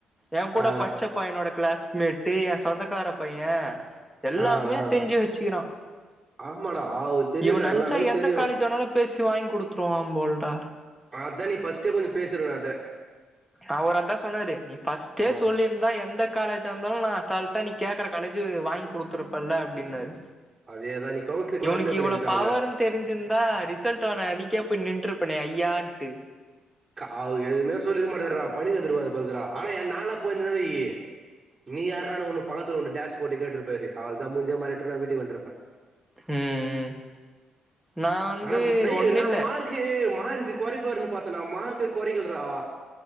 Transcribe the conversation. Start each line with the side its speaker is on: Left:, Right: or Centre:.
Centre: எ கூட
Right: ஆ
Centre: படிச் ச்ச பையனோட க்ளாஸ்மேட்டு என் சொந்தக்கார பைய எல்லாமே
Right: ஆ ஆ
Centre: தெரிஞ்சு வச்சுக்கிறா
Right: ஆமாடா அது தெரியும்டா
Centre: இவன அன்ம்ச்சா
Right: எல்லாமே
Centre: எந்த
Right: தெரியும்
Centre: காலேஜு வேனாலு பேசி வாங்கி குடுத்துருவா போல்டா
Right: அதா நீ ஃபஸ்ட்டே கொஞ்ச பேசிருக்கணு அத
Centre: அவர் அதா சொன்னாரு நீ ஃபஸ்ட்டே
Right: ஆ
Centre: சொல்லிருந் ந்தா எந்த காலேஜா இருந்தாலு நா அசால்ட்டா நீ கேக்குற காலேஜு வாங்கி குடுத்துருப்பல்ல அப்டின்னாரு
Right: அதே தா நீ கவுன்சிலி்ங் கூட
Centre: இவனுக்கு
Right: அப்ளே பண்ணிருக்க
Centre: இவ்ளோ பவர்ன்னு
Right: அதுல
Centre: தெரிஞ்சிருந்தா ரிசல்ட் வர அன்னைக்கே போய் நின்றுருப்பனே ஐயான்ட்டு
Right: கா அவரு எதுமே சொல்லிருக்க மாட்டார்றா பண்ணி தந்துருப்பார் பர்தறா ஆனா எ நாலா போயிருந்தேனா வையி நீ யார்றானு ஒன்னு பக்கத்துல ஒன்னு டாஷ் போட்டு கேட்ருப்பாரு அவள்தா முட்ஞ்ச மாரி எட்த்துட்டு போய் அவ வீட்டுக்கு வந்துருப்ப
Centre: ம் ம் நா வந்து
Right: ஆனா மத்தபடி
Centre: ஒன்னில்ல
Right: நா மார்க் க்கு மார்க்கு கொறைப்பாருன் பாத்தன்டா மார்க்கே கொறைக்கல்றா